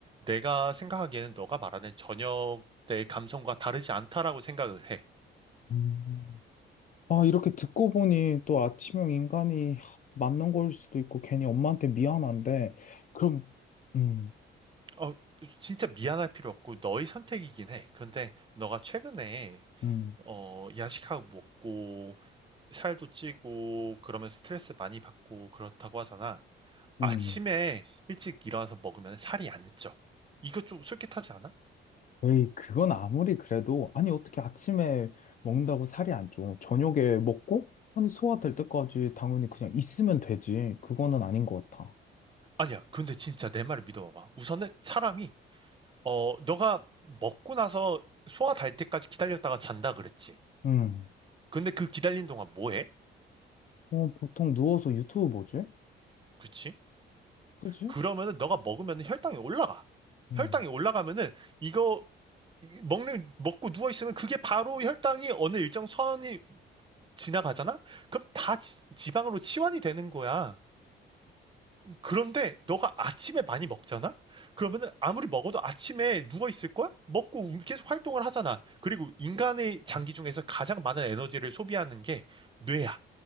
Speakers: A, on the right; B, on the left.
A: 내가 생각하기에는 너가 말하는 저녁 때의 감성과 다르지 않다라고 생각을 해.
B: 음. 아, 이렇게 듣고 보니 또 아침형 인간이 하, 맞는 걸 수도 있고 괜히 엄마한테 미안한데, 그럼, 음,
A: 어, 진짜 미안할 필요 없고 너의 선택이긴 해. 그런데 너가 최근에
B: 음.
A: 어, 야식하고 먹고 살도 찌고 그러면 스트레스 많이 받고 그렇다고 하잖아. 아침에
B: 음.
A: 일찍 일어나서 먹으면 살이 안 쪄. 이거 좀 솔깃하지 않아?
B: 에이, 그건 아무리 그래도, 아니, 어떻게 아침에 먹는다고 살이 안 쪄? 저녁에 먹고, 아니, 소화될 때까지 당연히 그냥 있으면 되지. 그거는 아닌 것 같아.
A: 아니야. 근데 진짜 내 말을 믿어봐봐. 우선은 사람이 어 너가 먹고 나서 소화 달 때까지 기다렸다가 잔다 그랬지.
B: 음.
A: 근데 그 기다린 동안 뭐해?
B: 어, 보통 누워서 유튜브 보지?
A: 그치?
B: 그지?
A: 그러면은 너가 먹으면 혈당이 올라가.
B: 음,
A: 혈당이 올라가면은 이거 먹는 먹고 누워 있으면 그게 바로 혈당이 어느 일정 선이 지나가잖아? 그럼 다 지, 지방으로 치환이 되는 거야. 그런데 너가 아침에 많이 먹잖아? 그러면은 아무리 먹어도 아침에 누워 있을 거야? 먹고 움- 계속 활동을 하잖아. 그리고 인간의 장기 중에서 가장 많은 에너지를 소비하는 게 뇌야.